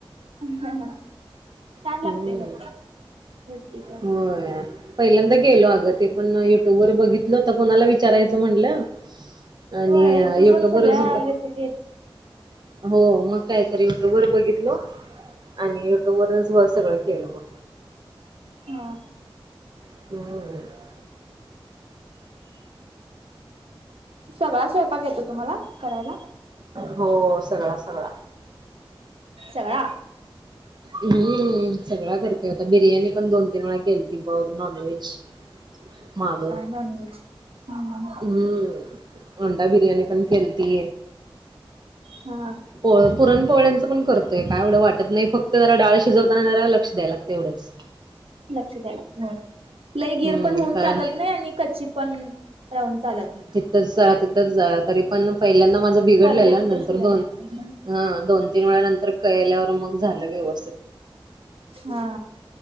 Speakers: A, on the right; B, on the right.
A: <inaudible> छान
B: हम्म
A: लागतेय खरं ते. मिरचीच
B: होय पहिल्यांदा केलो अगं ते पण युट्यूब वर बघितलं तर कोणाला वि विचारायच म्हटलं आणि
A: हो युट्यूब
B: युटुब
A: वर सगळ्या
B: वरच
A: रेसिपी आहेत
B: हों मग कायतरी युट्यूब वर बघितलो आणि युट्यूब वरच मग सगळं केलो.
A: हां.
B: <inaudible>
A: सगळा स्वयंपाक येतो तुम्हाला करायला?
B: हों सगळा सगळा.
A: सगळा
B: हुं सगळा करते आता बिर्याणी मी पण दोन तीन वेळा केलती बघ नाॅनव्हेज माग
A: नॉनव्हेज हुं.
B: हुं अंडा बिर्याणी पण खेलती.
A: हां.
B: पोळ पुरण पोहळ्यांचं पण करतोय काय एवढं वाटत नाही, फक्त जरा डाळ शिजवताना जरा लक्ष द्याय लागतं एवढंच.
A: लक्ष द्या लाग लय गीर
B: हम्म
A: पण होऊन
B: कारण
A: चालत नाही आणि कच्ची पण राहून चालत नाही.
B: तच जरा तिथच झारा तरी पण पहिल्यांदा माझं बिघडलेलं
A: परफेक्ट
B: नंतर
A: शिजायला
B: दोन
A: लागते
B: ह दोन तीन वेळा नंतर केल्यावर मग झालं वेव
A: हा